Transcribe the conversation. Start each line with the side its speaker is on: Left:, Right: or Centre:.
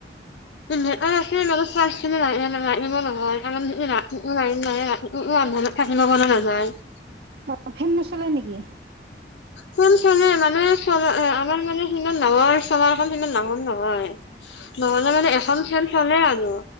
Left: নেটত ৰাখিবি চাৰ্জ লাগিব নহয় লাগিব নহয়, কাৰণ ৰাতিটো লাইন নাই মোৰ আন্ধাৰত থাকিব মন নাযায়।
Right: অ', ফেন নচলে নেকি?
Left: ফেন চলে মানে চ' আমাৰ মানে সিমান ডাঙৰ চলাৰ খন সিমান ডাঙৰ নহয়। নহলে মানে এখন ফেন চলে আৰু।